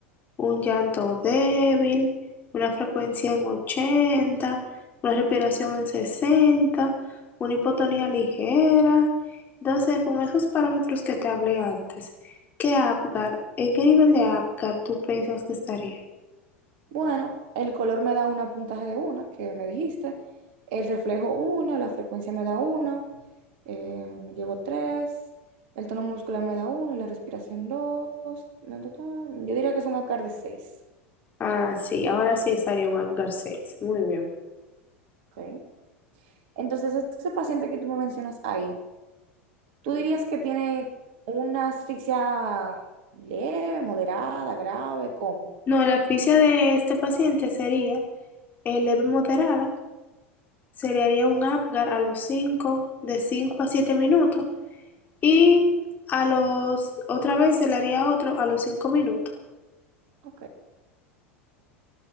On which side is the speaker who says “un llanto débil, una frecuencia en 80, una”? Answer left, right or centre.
Left